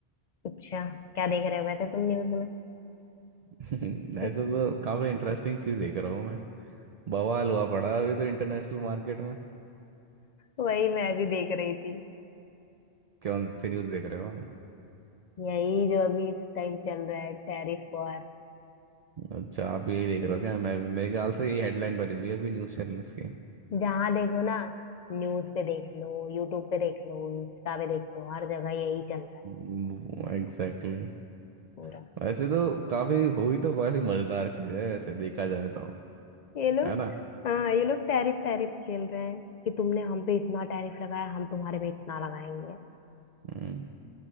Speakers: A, on the left; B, on the right.
A: अच्छा क्या देख रहे हुए थे तुम न्यूज में
B: <laughs> ऐसे
A: <laughs>
B: तो काफ़ी इंटरेस्टिंग चीज़ देख रहा हूँ मैं बवाल हुआ पड़ा है अभी तो इंटरनेशनल मार्केट में
A: वही मैं भी देख रही थी
B: कौन सी न्यूज़ देख रहे हो आप
A: यही जो अभी इस टाइम चल रहा है टैरिफ वॉर
B: अच्छा आप भी यही देख रहे हो क्या मैं भी मेरे ख्याल से ये हेडलाइन बनी हुई है अभी न्यूज़ चैनल्स की
A: जहां देखो ना न्यूज पे देख लो यूट्यूब पे देख लो इंस्टा पे देख लो हर जगह यही चल रहा है
B: Exactly exactly.
A: पूरा
B: वैसे तो काफ़ी हुई तो काफ़ी मज़ेदार चीज़ है वैसे देखा जाए तो
A: ये लोग
B: है ना
A: हाँ ये लोग टैरिफ टैरिफ खेल रहे हैं कि तुमने हम पे इतना टैरिफ लगाया हम तुम्हारे पे इतना लगाएंगे
B: हम्म,